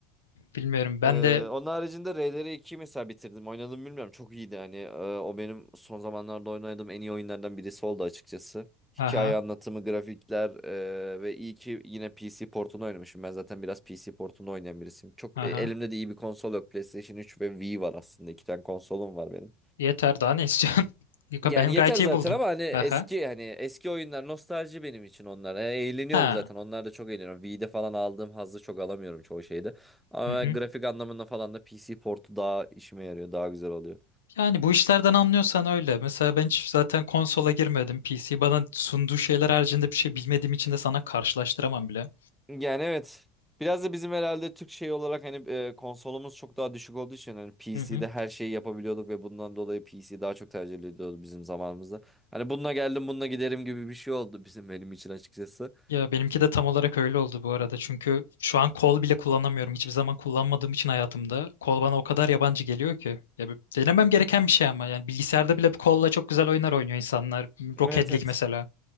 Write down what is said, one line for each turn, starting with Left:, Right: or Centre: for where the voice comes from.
Left: Bilmiyorum ben
Centre: Ee,
Left: de...
Centre: onun haricinde Ray'leri 2 mesela bitirdim. Oynadım bilmiyorum. Çok iyiydi hani. Ee, o benim son zamanlarda oynadığım en iyi oyunlardan birisi oldu açıkçası. Hikaye
Left: Aha
Centre: anlatımı, grafikler ee, ve iyi ki yine PC portunu oynamışım. Ben zaten biraz PC portunu oynayan birisiyim. Çok
Left: aha.
Centre: e, elimde de iyi bir konsol yok. PlayStation 3 ve Wii var aslında. İki tane konsolum var benim.
Left: Yeter daha ne istiyorsun? <laughs> Yok,
Centre: Yani
Left: Ben
Centre: yeter
Left: gayet iyi
Centre: zaten
Left: buldum.
Centre: ama hani eski
Left: Aha.
Centre: hani eski oyunlar nostalji benim için onlar. E, eğleniyorum
Left: Ha.
Centre: zaten. Onlar da çok eğleniyorum. V'de falan aldığım hazzı çok alamıyorum çoğu şeyde. Ama
Left: Hı hı.
Centre: grafik anlamında falan da PC portu daha işime yarıyor. Daha güzel oluyor.
Left: Yani bu işlerden anlıyorsan öyle. Mesela ben hiç zaten konsola girmedim. PC bana sunduğu şeyler haricinde bir şey bilmediğim için de sana karşılaştıramam bile.
Centre: Yani evet. Biraz da bizim herhalde Türk şey olarak hani e, konsolumuz çok daha düşük olduğu için hani PC'de
Left: Hı hı.
Centre: her şeyi yapabiliyorduk ve bundan dolayı PC daha çok tercih ediliyordu bizim zamanımızda. Hani bununla geldim bununla giderim gibi bir şey oldu bizim benim için açıkçası.
Left: Ya benimki de tam olarak öyle oldu bu arada. Çünkü şu an kol bile kullanamıyorum. Hiçbir zaman kullanmadığım için hayatımda. Kol bana o kadar yabancı geliyor ki. Ya bir- denemem gereken bir şey ama. Yani bilgisayarda bile kolla çok güzel oyunlar oynuyor insanlar.
Centre: Evet
Left: Rocket
Centre: evet.
Left: League mesela.